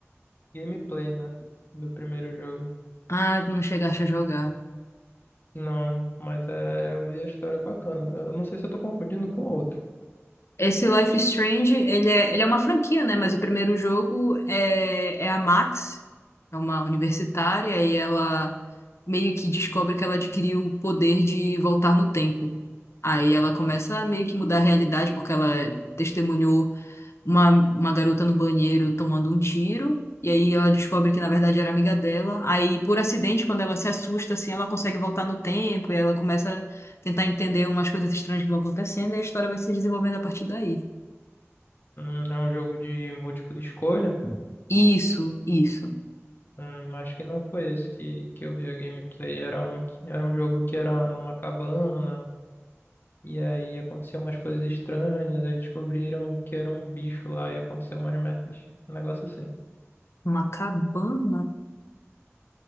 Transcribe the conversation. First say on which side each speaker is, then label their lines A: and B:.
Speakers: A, on the left; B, on the left.
A: Gameplay, né? Do primeiro jogo.
B: Ah, tu não chegaste a jogar.
A: Não, mas é, eu vi a história bacana. Eu não sei se eu tô confundindo com outro.
B: Esse Life is Strange, ele é, ele é uma franquia, né? Mas o primeiro jogo é, é a Max, é uma universitária, e ela meio que descobre que ela adquiriu o poder de voltar no tempo. Aí ela começa a meio que mudar a realidade, porque ela testemunhou uma, uma garota no banheiro tomando um tiro. E aí ela descobre que na verdade era amiga dela. Aí, por acidente, quando ela se assusta, assim, ela consegue voltar no tempo e ela começa a tentar entender umas coisas estranhas que vão acontecendo e a história vai se desenvolvendo a partir daí.
A: Hum, é um jogo de múltipla escolha.
B: Isso, isso.
A: Hum, acho que não foi esse que, que eu vi a gameplay. Era um, que- era um jogo que era numa cabana. E aí aconteciam umas coisas estranhas. Aí descobriram que era um bicho lá e aconteceu umas merdas. Um negócio assim.
B: Uma cabana?